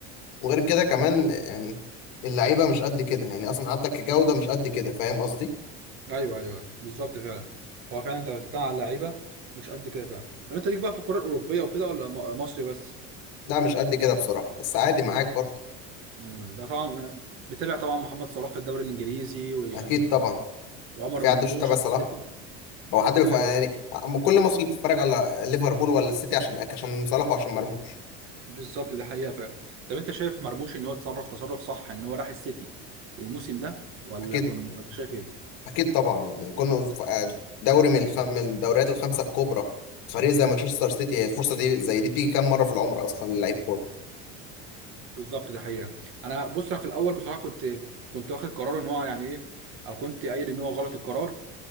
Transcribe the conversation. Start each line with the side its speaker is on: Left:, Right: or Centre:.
Left: وغير كده كمان يعني اللعيبه مش قد كده يعني اصلا حتى كجوده مش قد كده فاهم قصدي
Right: ايوه ايوه بالظبط فعلا هو فعلا انت بتتكلم على لعيبه مش قد كده فعلا طب انت ليك بقى في الكره الاوروبيه وكده ولا م- مصري بس
Left: لا مش قد كده بصراحه بس عادي معاك برضه
Right: امم ده طبعا بتابع طبعا محمد صلاح في الدوري الانجليزي و-
Left: اكيد طبعا
Right: وعمر
Left: في
Right: مرموش
Left: حد مش متابع
Right: في
Left: صلاح
Right: السيتي
Left: هو حد بيف...
Right: ايوه
Left: يعني أما كل مصر بتتفرج على ليفربول ولا السيتي عشان عشان صلاح وعشان مرموش
Right: بالظبط ده حقيقه فعلا طب انت شايف مرموش ان هو اتصرف تصرف صح ان هو راح السيتي الموسم ده ولا
Left: اكيد
Right: كنت ولا شايف ايه
Left: اكيد طبعا يعني كنا في دوري من الخ... من الدوريات الخمسه الكبرى فريق زي مانشستر سيتي هي الفرصه دي زي دي بتيجي كام مره في العمر اصلا للعيب كوره
Right: بالظبط ده حقيقه انا بص انا في الاول بصراحه كنت كنت واخد قرار ان هو يعني ايه او كنت قايل ان هو غلط القرار